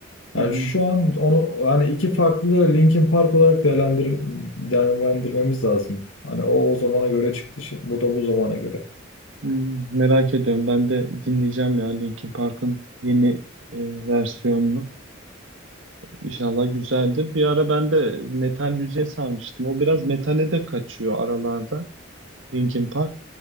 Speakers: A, on the right; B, on the left.
A: Hı
B: Yani
A: hı.
B: şu an onu yani iki farklı Linkin Park olarak değerlendir, değerlendirmemiz lazım. Hani o o zamana göre çıktı, şimdi, bu da bu zamana göre.
A: Hmm. Merak ediyorum. Ben de dinleyeceğim ya Linkin Park'ın yeni e, versiyonunu. İnşallah güzeldir. Bir ara ben de metal müziğe sarmıştım. O biraz metale de kaçıyor aralarda Linkin Park.